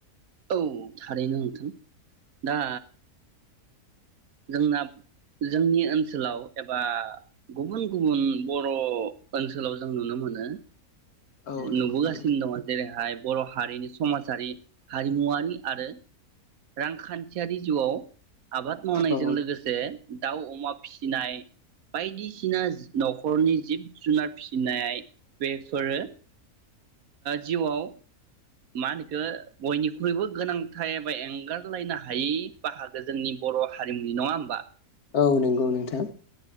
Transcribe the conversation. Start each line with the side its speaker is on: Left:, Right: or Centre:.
Right: औ थारैनो नोंथां दा जोंना जोंनि ओनसोलाव एबा गुबुन गुबुन बर' ओनसोलाव जों नुनो मोनो
Left: औ नंगौ
Right: नुबोगासिनो
Left: नोंथां
Right: दङ जेरैहाय बर' हारिनि समाजारि हारिमुवारि आरो रांखान्थियारि जिउआव आबाद मावनायजों
Left: औ
Right: लोगोसे दाउ अमा फिसिनाय बायदिसिना न'खरनि जिब जुनार फिसिनाय बेफोरो जिउआव मा होनो बिखो बयनिख्रुइबो गोनांथार एबा एंगारलायनो हायै बाहागो जोंनि बर' हारिमुनि नङा होमबा
Left: औ नंगौ नोंथा